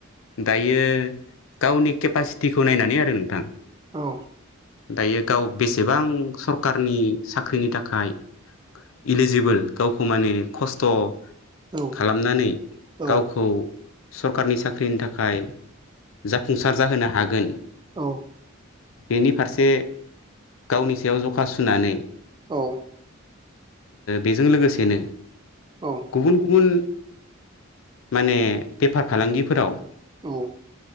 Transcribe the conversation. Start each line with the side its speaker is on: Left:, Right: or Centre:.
Left: दायो गावनि केपासिटिखौ नायनानै आरो नोंथां।
Right: औ।
Left: दायो गाव बेसेबां सरकारनि साख्रिनि थाखाय। इलिजिबोल गावखौ माने खस्थ'
Right: औ
Left: खालामनानै
Right: औ
Left: गावखौ सरकारनि साख्रिनि थाखाय। जाफुंसार जाहोनो हागोन।
Right: औ।
Left: बेनि फारसे गावनि सायाव जखा सुनानै
Right: औ।
Left: बेजों लोगोसेनो
Right: औ।
Left: गुबुन गुबुन माने बेफार फालांगिफोराव
Right: औ।